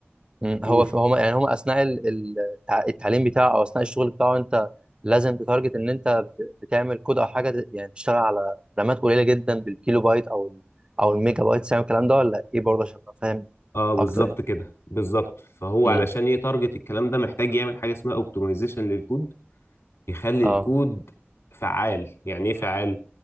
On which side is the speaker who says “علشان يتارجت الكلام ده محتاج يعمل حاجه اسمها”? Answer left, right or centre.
Left